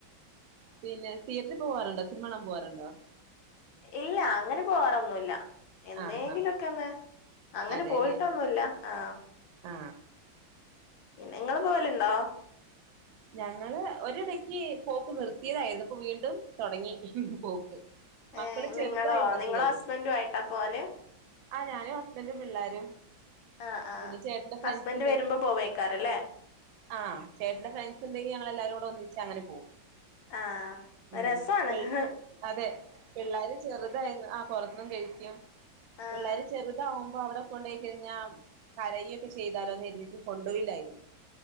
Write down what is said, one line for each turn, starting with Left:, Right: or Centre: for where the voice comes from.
Right: പിന്നെ തീയേറ്ററിൽ പോകറുണ്ടോ സിനിമണൻ പോവാറുണ്ടോ
Left: ഇല്ല അങ്ങനെ പോവാറൊന്നുമല്ല എന്നേങ്കിലൊക്കൊന്ന്
Right: ആ ആ
Left: അങ്ങനെ
Right: അതെല്ലേ
Left: പോയിട്ടൊന്നുല്ല ആ
Right: ആ
Left: നിങ്ങളിപോവലുണ്ടോ
Right: ഞങ്ങള് ഒരിടക്ക് പോക്ക് നിർത്തിയതായിരുന്നു ഇപ്പൊ വീണ്ടും തൊടങ്ങി പോക്ക് മക്കള്
Left: ഏ
Right: ചെറുതായിരുന്നപ്പോഴേ
Left: നിങ്ങളോ നിങ്ങളോ ഹസ്ബൻ്റും ആയിട്ടാ പോല്
Right: ആ ഞാനും ഹസ്ബൻ്റും പിള്ളോരും
Left: ആഹ് ആഹ്
Right: പിന്നെ ചേട്ടന്റെ ഫ്രണ്ട്സ്
Left: ഹസ്ബൻഡ്
Right: ണ്ടെങ്കി
Left: വരുമ്പോ പോവേക്കാരല്ലേ
Right: ആ ചേട്ടന്റെ ഫ്രണ്ട്സ് ഉണ്ടെങ്കിൽ ഞങ്ങ എല്ലാരും കൂടെ ഒന്നിച്ച് അങ്ങനെ പോകും
Left: ആ
Right: ഉം
Left: രസതന്ത്രം
Right: പി
Left: ഹ്
Right: അതെ പിള്ളേര് ചെറുതായിരുന്നു. ആ പൊറത്തുന്നും കഴിക്കും
Left: ആഹ്
Right: പിള്ളേര് ചെറുതാവുമ്പ അപ്പൊ അവിടെ കൊണ്ടയി കഴിഞ്ഞാ കരയൊക്കെ ചെയ്താലോന്ന് കർതീട്ട് കൊണ്ടോയില്ലായിരുന്നു.